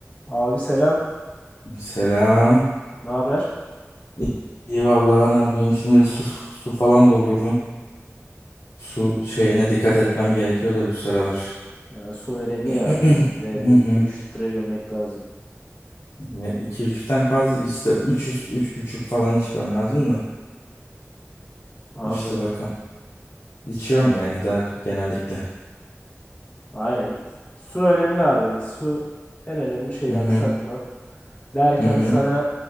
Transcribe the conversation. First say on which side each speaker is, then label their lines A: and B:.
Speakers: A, on the left (about 25°); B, on the left (about 85°).
A: Abi selam.
B: Selam.
A: Ne haber?
B: İyi iyi vallahi ne yapayım? Şimdi bir su, su falan doldurdum. Su şeyine dikkat etmem gerekiyor da bu sıralar.
A: Ya, su önemli
B: <clears throat>
A: ya abi. Günde
B: Hı
A: bir iki
B: hı.
A: üç litre gömmek lazım.
B: Ya iki üçten fazla işte üç üst- üç buçuk falan içmem lazım da.
A: Anladım.
B: İşte bakın içiyorum
A: E,
B: yani daha genellikle.
A: Aynen. Su önemli abi. Su en önemli şey
B: Hı hı.
A: aksatma. Derken
B: Hı hı.
A: sana